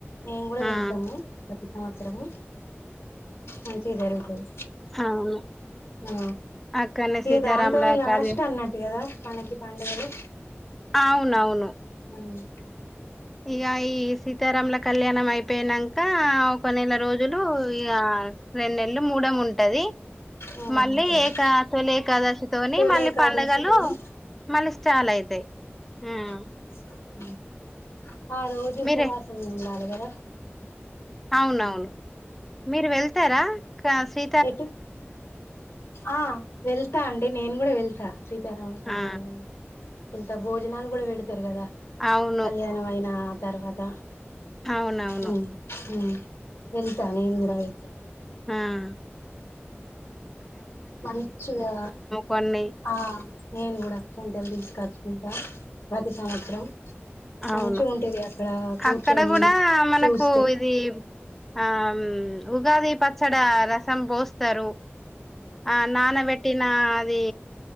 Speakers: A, on the left; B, in the centre.
A: మేం కూడా
B: ఆ
A: వెళ్తాము సంవత్సరము మంచిగా జరుగుతది
B: అవును
A: ఆ
B: అక్కనే
A: ఇక
B: సీతారాముల
A: దాంతో లాస్ట్
B: కళ్యాణ్
A: అన్నట్టు కదా మనకి పండగలు
B: అవునవును
A: మ్మ్
B: ఇగ ఈ సీతారాముల కళ్యా నం అయిపోయినంక ఒక నెల రోజులు ఇగా రెండు నెలలు మూడం ఉంటాది
A: మూడం
B: మళ్ళీ
A: ఉంటాయి
B: ఇక తొలి ఏకాదశి తోనే
A: తొలి
B: మళ్ళీ
A: ఏకాదశితోని
B: పండగలు మళ్ళీ స్టార్ట్ అయితాయి మ్మ్
A: హ <unintelligible> ఆ రోజు
B: మీరే
A: ఉపవాసమే ఉండాలి గద
B: అవునవును మీరు వెళ్తారా కాశీ
A: ఎటు ఆ వెళ్తా అండి నేను కూడా వెళ్తా సీతారాముల కళ్యాణానికి
B: ఆ
A: ఇంకా భోజనాలు కూడా పెడతారు కదా
B: అవును
A: కళ్యాణం అయినా తర్వాత
B: అవునవును
A: మ్మ్ మ్మ్ వెళ్తా నేను కూడా వెళ్తా
B: మ్మ్
A: మంచిగా
B: కొన్ని
A: ఆ నేను కూడా అక్షింతలు తీసుకచ్చుకుంటా ప్రతి సంవత్సరం
B: అవును
A: మంచిగా ఉంటది అక్కడ కూర్చొని
B: అక్కడ కూడా మనకు
A: చూస్తే
B: ఇది ఆ ఉగాది పచ్చడి డా రసం పోస్తారు ఆ నానబెట్టిన అది